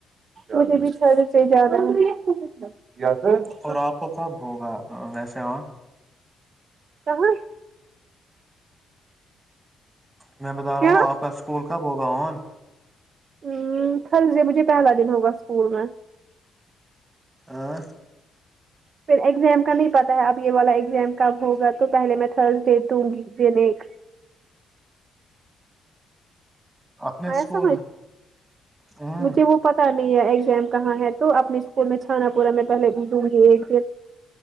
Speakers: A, on the right (about 50°); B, on the right (about 20°).
A: مجھے بھی تھرسڈے جانا ہے <unintelligible>
B: اور آپ کو کب ہوگا ویسے اور
A: کہاں
B: میں بتا رہا
A: کیا
B: ہوں آپ کا اسکول کب ہوگا ان
A: ہمم تھرز ڈے مجھے پہلا دن ہوگا اسکول میں
B: ہاں
A: پھر ایگزام کا نہیں پتا ہے اب یے والا ایگزام کب ہوگا تو پہلے میں تھرس ڈے دوں گی یے نیک
B: اپنے
A: آیا
B: اسکول
A: سمجھ
B: میں ہ
A: مجھے وہ پت تا نہیں ہے ایگزام کہاں ہے تو اپنے اسکول میں چھانا پورا میں پہلے دوں گی ایک پھر